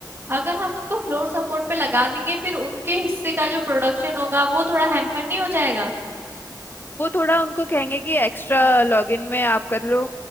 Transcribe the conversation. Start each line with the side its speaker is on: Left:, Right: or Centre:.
Right: अगर हम उनको फ्लोर सपोर्ट पे लगा देंगे फिर उनके हिस्से का जो प्रोडक्शन होगा वो थोड़ा हैम्पर नहीं हो जाएगा
Left: वो थोड़ा उनको कहेंगे कि एक्स्ट्रा लॉगिन में आप कर लो